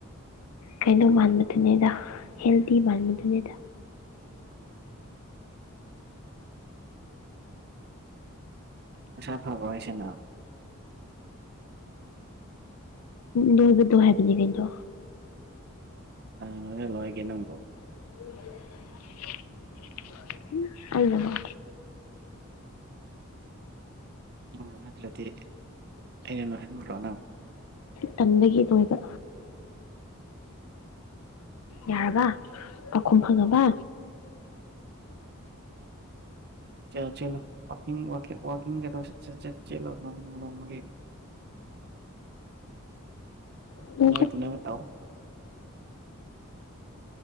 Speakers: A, on the left; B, on the right.
A: ꯀꯩꯅꯣ ꯃꯥꯟꯕꯗꯨꯅꯦꯗ ꯍꯦꯜꯗꯤ ꯃꯥꯟꯕꯗꯨꯅꯦꯗ
B: ꯃꯁꯥ ꯐꯕ꯭ꯔꯣ ꯍꯥꯏꯁꯦꯅꯪ
A: ꯅꯣꯏꯕꯗꯣ ꯍꯥꯏꯕꯅꯤ ꯀꯩꯅꯣ
B: ꯀꯥꯅꯥ ꯅꯣꯏꯍꯜꯂꯣ ꯍꯥꯏꯒꯦ ꯅꯪꯕꯨ
A: <unintelligible> ꯑꯩꯅꯥ
B: ꯑꯣ ꯅꯠꯇ꯭ꯔꯗꯤ ꯑꯩꯅ ꯅꯣꯏꯍꯟꯕ꯭ꯔꯣ ꯅꯪ
A: ꯇꯟꯕꯒꯤ ꯅꯣꯏꯕ ꯌꯥꯔꯕ ꯄꯥꯎꯈꯨꯝ ꯐꯪꯉꯥꯕ
B: ꯆꯦꯜꯂꯣ ꯆꯦꯜꯂꯣ ꯋꯥꯀꯤꯡ ꯋꯥꯀꯤꯡ ꯋꯥꯛ ꯀꯤꯡꯒꯗꯣ ꯁꯠ ꯁꯠ ꯁꯠ ꯆꯦꯜꯂꯣ ꯅꯣꯡꯃ ꯅꯣꯡꯃꯒꯤ
A: <unintelligible>
B: ꯅꯣꯏꯗꯅꯕ ꯇꯧ